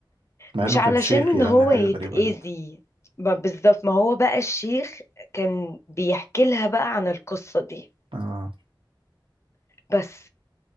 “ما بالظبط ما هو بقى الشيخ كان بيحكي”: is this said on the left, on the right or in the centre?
Left